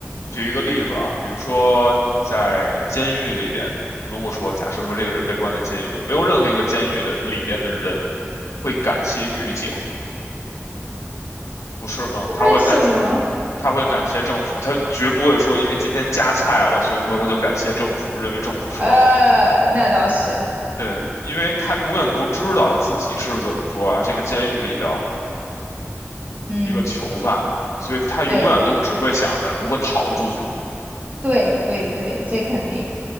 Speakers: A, on the left; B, on the right.
A: 举一个例子啊，比如说你在监狱里边，如果说假设说这个人被关在监狱里，没有任何一个监狱的里边的人会感谢狱警，不是吗？
B: 为什么？
A: 他会感，他会感谢政府，他绝不会说因为今天加菜了，所以说他就感谢政府，认为政府是个好。
B: 呃，那倒是，
A: 对，因为他永远都知道自己是怎么说啊，这个监狱里的
B: 嗯，
A: 一个囚犯，所以他永远都只会想着如何逃出去，
B: 对。对对对，这肯定，